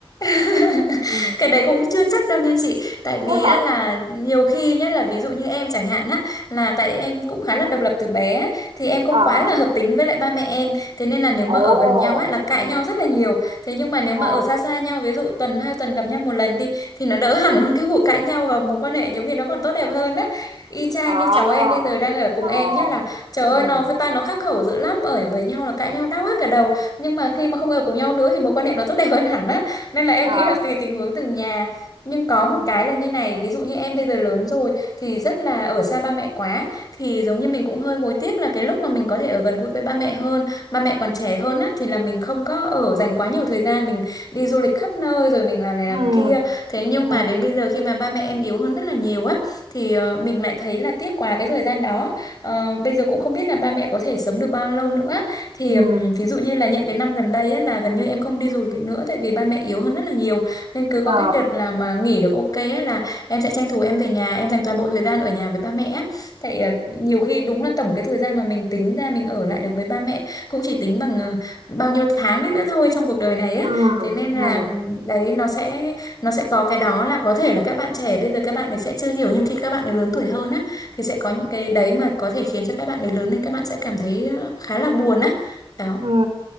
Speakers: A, on the left (about 45°); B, on the right (about 85°).
A: <laughs>
B: Ừ.
A: cái đấy cũng chưa chắc đâu nha chị tại vì
B: Thế
A: á,
B: hả?
A: là nhiều khi nhá là ví dụ như em chẳng hạn á là tại em cũng khá là độc lập từ bé á, thì em không
B: À,
A: quá là hợp tính với lại ba mẹ em thế nên là nếu
B: ồ,
A: mà ở gần nhau á là cãi
B: ừ,
A: nhau rất là nhiều thế nhưng mà nếu
B: ờ,
A: mà ở xa xa nhau ví dụ tuần hai tuần gặp nhau một lần đi thì nó đỡ <laughs> hẳn luôn cái vụ cãi nhau và mối quan hệ nhiều khi nó còn tốt đẹp hơn á y chang
B: à,
A: như cháu em bây giờ đang ở cùng
B: ờ,
A: em nhá là trời ơi
B: ừ,
A: nó với ba nó khắc khẩu dữ lắm ở với nhau là cãi nhau đau hết cả đầu nhưng mà khi mà không ở cùng nhau nữa thì mối quan hệ nó tốt đẹp hơn hẳn á nên là em
B: ờ,
A: nghĩ là tùy tình huống từng nhà nhưng có một
B: ừ,
A: cái là như này ví dụ như em bây giờ lớn rồi thì rất là ở xa ba mẹ quá thì giống như mình cũng hơi hối tiếc là cái lúc mà mình có thể ở gần gũi với ba mẹ hơn ba mẹ còn trẻ hơn á thì là mình không có ở dành quá nhiều thời gian mình đi du lịch khắp nơi rồi mình làm này làm
B: ừ,
A: kia thế nhưng
B: ừ,
A: mà đến bây giờ khi mà ba mẹ em yếu hơn rất là nhiều á thì ờ, mình lại thấy là tiếc quá cái thời gian đó Ờ, bây giờ cũng không biết là ba mẹ có thể sống được bao lâu nữa thì
B: ừ,
A: ừm, ví dụ như là những cái năm gần đây á, là gần như em không đi du lịch nữa tại vì ba mẹ yếu hơn rất là nhiều nên cứ
B: ờ.
A: có cái đợt là mà nghỉ được ok á, là em sẽ tranh thủ em về nhà em dành toàn bộ thời gian ở nhà với ba mẹ á. tại ờ, nhiều khi đúng là tổng cái thời gian mà mình tính ra mình ở lại được với ba mẹ cũng chỉ tính bằng ờ, bao nhiêu tháng đấy nữa thôi trong cuộc đời này á
B: Ừ,
A: thế nên
B: ừ,
A: là ừm, đấy nó sẽ nó sẽ có cái đó là có thể là các bạn trẻ bây giờ các bạn ấy sẽ chưa hiểu nhưng khi các bạn ấy lớn tuổi hơn á thì sẽ có những cái đấy mà có thể khiến cho các bạn ấy lớn lên các bạn sẽ cảm thấy ờ, khá là buồn á đó
B: ừ.